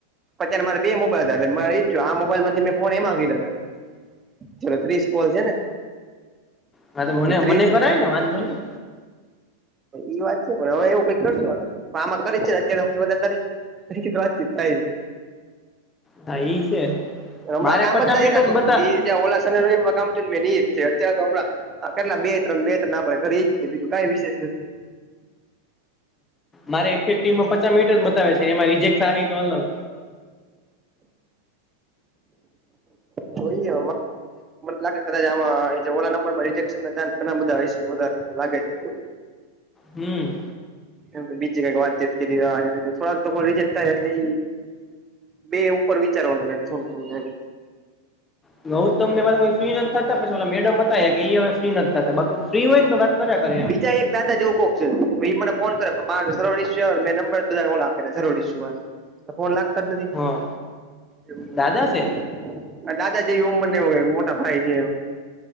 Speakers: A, on the right; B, on the left.
A: અત્યારે મારે બે મોબાઈલ હતા મારે ઈચ્છું આ મોબાઈલમાં મેં ફોન એમાં કીધા હતા ચલો ત્રીસ કોલ છે ને
B: હા તો મને
A: ત્રીસ
B: મને કરાય ને વાંધો નહી
A: ઈ વાત છે પણ હવે એવું કઈક કરશું આગળ આમાં કરી છે ને અત્યારે હોથી વધારે તારી વાતચીત થાય છે.
B: હા એ છે
A: હમણાં
B: મારે
A: કામ
B: પચાસ
A: જ નથી
B: મિનિટ
A: થતું
B: બતા
A: જ્યાં ઓલા શનિ રવિ કામ થયું એજ છે હમણા હ, કેટલા બે-ત્રણ, બે-ત્રણ આપડે કરી જ બીજું કઈ વિશેષ નથી.
B: મારે ઇફેક્ટિવ મા પચાસ મિનિટ બતાવે છે, એમાં રિજેક્ટ થાય, તો અલગ
A: જોઈ જે લાગે, કદાચ આ ઓ નંબર માં રજેશન ચાન્સ ઘણા બધા હશે, વધારે લાગે છે.
B: હમ.
A: એમ તો બીજી કઈક વાતચીત કરી રહ્યા છે, થોડાક તો રિજેક્ટ થાય એટલે. બે ઉપર વિચારવાનું થાય, થોડું તેમ.
B: હઉ તો તમને ફ્રી નથી થતા, પછી ઓ મેડમ હતા કે, હવે ફ્રી નથી થતા, બા ફ્રી હોય ને તો વાત. કર્યા કરે એમ
A: બીજા એક દાદા જેવું કો એ મને ફોન કરે, મારે સવ શય મેં નંબર બધા કોલ આપે સ શય તો ફોન લાગ. <unintelligible> નથી
B: હા
A: એવુ
B: દાદા છે
A: દા જે એ ઉંમર ને મોટા ભાઈ છે.